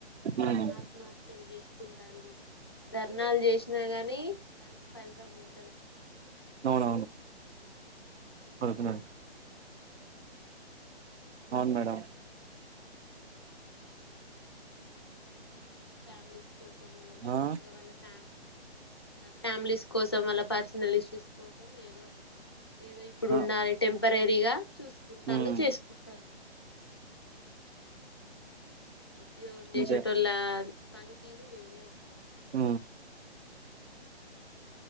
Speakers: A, on the right; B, on the left.
A: ఉమ్
B: ఆత్మహత్యలు చేసుకుంటళ్ళు ధర్నాలు చేసినా గాని దానికి ఫలితం ఉంటలే
A: అవున ఆహా అవును మేడం
B: ఫ్యామిలీ కోసము
A: ఆ
B: ఇక వాళ్ళ ఫ్యా ఫ్యామిలీస్ కోసం వాళ్ళ పర్సనల్ ఇష్యూస్ కోసం ఏదో ఏదో ఇప్పుడు
A: ఆ
B: ఉండాలి టెంపరరీగా చూసుకుంటారు
A: ఉమ్
B: చేసుకుంటారు. ఉద్యోగం చేసేటో
A: అంతే
B: లా పనితీరు వేరే ఉంటాయి.
A: ఊ